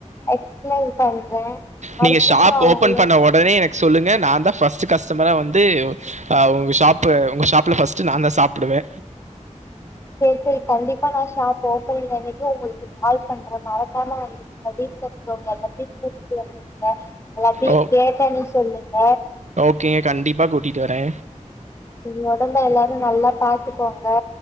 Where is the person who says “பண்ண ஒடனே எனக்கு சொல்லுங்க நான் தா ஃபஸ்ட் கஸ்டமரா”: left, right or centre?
Right